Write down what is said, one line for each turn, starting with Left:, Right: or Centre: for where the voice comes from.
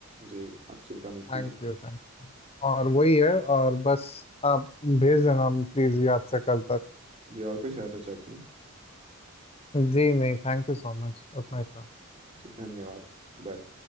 Right: जी आप चिंता मत
Left: Thank
Right: कीजिए
Left: you थैंक और वही है और बस आप भेज देना प्लीज़ याद से कल तक
Right: जी और कोई सहायता चाहते हैं
Left: जी नहीं थैंक यू सो मच उतना ही था
Right: जी धन्यवाद बाय